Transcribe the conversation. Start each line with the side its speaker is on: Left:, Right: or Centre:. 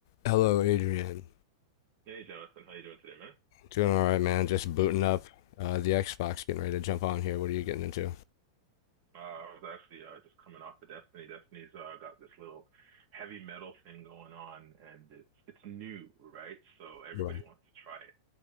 Left: Hello, Adrian.
Right: Hey, Jonathan, how you doing today, man?
Left: Doing all right, man. Just booting up uh, the Xbox, getting ready to jump on here. What are you getting into?
Right: Uh, I was actually uh, just coming off of Destiny. Destiny's uh, got this little heavy metal thing going on, and it's it's new, right? So everybody
Left: Bro.
Right: wants to try it.